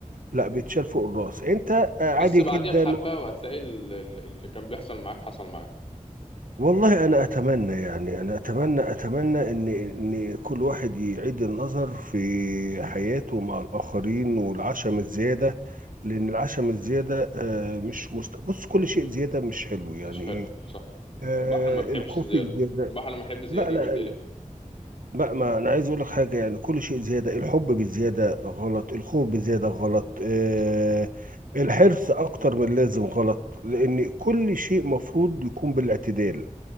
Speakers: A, on the right; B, on the left.
A: لا بيتشال فوق الراس انت آه، عادي
B: بس بعديها
A: جدا
B: بحبة وهتلاقي ال- ال- اللي كان بيحصل معاك حصل معاك
A: والله انا اتمنى يعني انا اتمنى اتمنى ان ان كل واحد يعيد النظر في حياته مع الاخرين والعشم الزياده لان العشم الزياده آه، مش مست... بص كل شيء زياده مش حلو يعني
B: مش حلو
A: ايه
B: صح
A: آه
B: البحر ما بيحبش
A: الخوف
B: الزيادة
A: الزياده
B: البحر لما يحب زيادة
A: لا لا
B: بيتقلب
A: لا ما انا عايز اقول لك حاجه يعني كل شيء زياده الحب بالزياده غلط الخوف بالزياده غلط آه
B: صح
A: الحرص اكتر من اللازم غلط لان كل شيء مفروض يكون بالاعتدال